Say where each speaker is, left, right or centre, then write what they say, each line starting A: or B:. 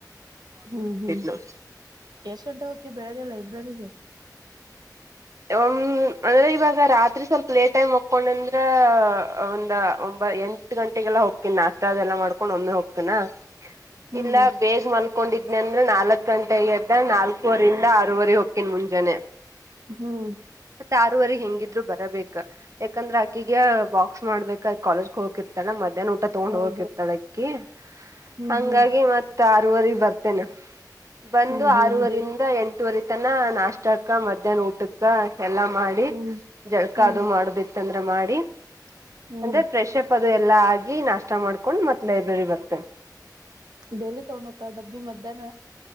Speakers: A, on the right; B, on the right.
A: ಹ್ಮ್ ಹ್ಮ್
B: ನೋಡ್
A: ಎಷ್ಟ್ ಗಂಟೆ ಹೋಗಕಿ ಬೆಳಗ್ಗೆ ಲೈಬ್ರರಿಗೆ <inaudible>
B: ಅಂದ್ರೆ ಇವಾಗ ರಾತ್ರಿ ಸ್ವಲ್ಪ ಲೇಟ್ ಟೈಮ್ ಹಕೊಂಡ ಅಂದ್ರ ಒಂದ ಒ ಎಂಟ ಗಂಟೆಗೆಲ್ಲ ಹೋಗ್ತೀನಿ ನಾಷ್ಟ ಅದೆಲ್ಲ ಮಾಡ್ಕೊಂಡ ಹಕೊಂಡ್ ಒಮ್ಮೆ ಹೋಗ್ತನಾ
A: ಹ್ಮ್
B: ಇಲ್ಲ ಬೇಗ ಮಲ್ಕೊಂಡಿದ ಂದ್ರೆ ನಾಲ್ಕು ಗಂಟೆಗೆ ಎದ ನಾಲ್ಕೂವರಿಂದ ಆರೂರೆ ಹೋಗು ಕನ್ ಮುಂಜನ
A: ಹ್ಮ್
B: ಮತ್ತೆ ಆರೂವರೆ ಹೆಂಗ ದ್ರು ಬರಬೇ ಯಾಕಂದ್ರೆ ಅಕ್ಕಿಗೆ ಬಾಕ್ಸ್ ಮಾಡ್ಬೇಕ ಕಾಲೇಜ್ಗೆ ಹೋಗಿರ್ತಾಳ ಮಧ್ಯಾಹ್ನ ಊಟ ತಗೊಂಡ್
A: ಹೌದು
B: ಹೋಗಕಿರ್ತಾಳ ಅಕ್ಕಿ
A: ಹ್ಮ್
B: ಹಂಗಾಗಿ
A: ಹ್ಮ್
B: ಮತ್ ಆರುವರೆಗ್ ಬರ್ತೇನ ಬಂದು
A: ಹ್ಮ್ ಹ್ಮ್
B: ಆರೂವರಿಂದ
A: ಡೇಲಿ
B: ಎಂಟುವರಿ ನ ನಾಷ್ಟಾಕ್ಕ ಮಧ್ಯಾಹ್ನ ಊಟು ಎಲ್ಲಾ ಮಾಡಿ
A: ಹ್ಮ್
B: ಜಳಕ
A: ಹ್ಮ್
B: ಅದು ಮಾಡದಿತ್ತನ್ ಮಾಡಿ
A: ಹ್ಮ್
B: ಅಂದ್ರೆ ಫ್ರೆಶ್ ಅಪ್ ಅದು ಎಲ್ಲಾ ಆಗಿ ನಾಷ್ಟ ಮಾಡ್ ಕೊಂಡ್ ಮತ್ ಲೈಬ್ರರಿ ಬರ್ತೇನ್.
A: ಡೈಲಿ ತಗೊಂಡೊಕಳ್ ಡಬ್ಬಿ ಮಧ್ಯಾನ.